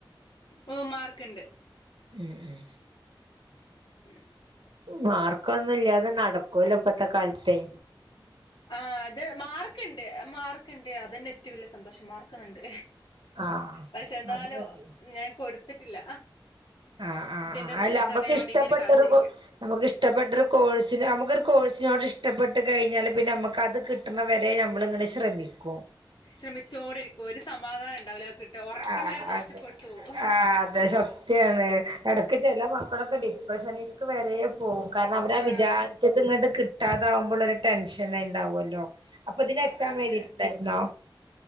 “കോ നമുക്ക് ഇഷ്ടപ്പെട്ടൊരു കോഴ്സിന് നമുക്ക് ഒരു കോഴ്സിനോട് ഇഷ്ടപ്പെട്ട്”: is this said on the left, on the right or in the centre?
Right